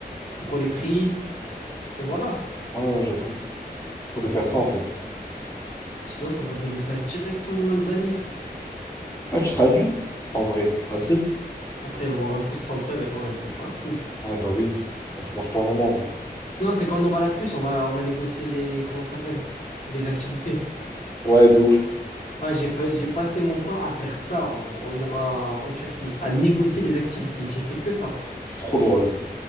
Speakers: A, on the left; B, on the left.
A: C'est quoi les prix? Et voilà.
B: Ouais, ouais, j'avoue. Faut te faire ça, en fait.
A: Sinon, t'envoies des messages directement en Albanais, frère.
B: Ouais, tu traduis, en vrai. C'est facile.
A: Après, il va voir un plus 33, il va dire, ouais, il me prend pour un fou, lui.
B: Ouais, bah oui. Donc ça marche pas vraiment, en vrai.
A: Non, c'est quand on aura la puce, on va, on va négocier les, comment ça s'appelle? Les activités.
B: Ouais, de ouf.
A: Ah, j'ai fa- j'ai passé mon temps à faire ça en, en, en en Turquie, à négocier les activités. J'ai fait que ça.
B: C'est trop drôle.